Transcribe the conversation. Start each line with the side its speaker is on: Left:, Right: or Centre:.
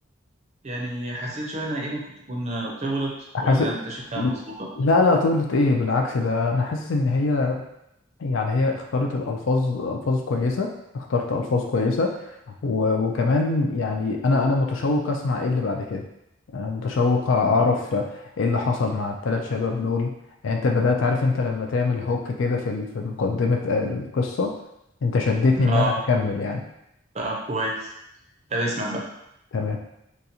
Right: يعني حسيت شوية إنها إيه ممكن تكون طولت ولا
Left: حاسس
Right: أنت شايفها مظبوطة؟
Left: لا لا طولت إيه بالعكس ده أنا حاسس إن هي يعني هي اختارت الألفاظ ألفاظ كويسة اخترت ألفاظ كويسة و... وكمان يعني أنا أنا متشوق أسمع إيه اللي بعد كده أنا متشوق أعرف
Right: اوكي
Left: إيه اللي حصل مع الثلاث شباب دول يعني أنت بدأت عارف أنت لما تعمل هوك كده في ال- في مقدمة القصة أنت شدتني إن
Right: آه
Left: أنا أكمل يعني
Right: طب كويس طب اسمع بقى
Left: تمام